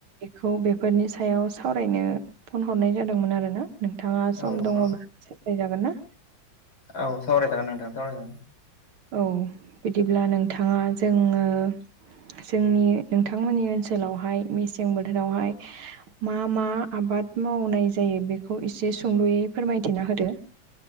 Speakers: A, on the right; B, on the left.
A: खौ बेफोरनि सायाव सावरायनो फन हरनाय जादोंमोन आरो ना। नोंथाङा सम
B: औ
A: दङब्ला
B: औ
A: सावरायजागोन ना?
B: औ सावराय जागोन नोंथां सावराय जागोन।
A: औ बिदिब्ला नोंथाङा जोङो जोंनि नोंथांमोननि ओनसोलावहाय मेसें बोथोरावहाय मा मा आबाद आबाद मावनाय जायो बेखौ इसे सुंद'यै फोरमायथिना होदो।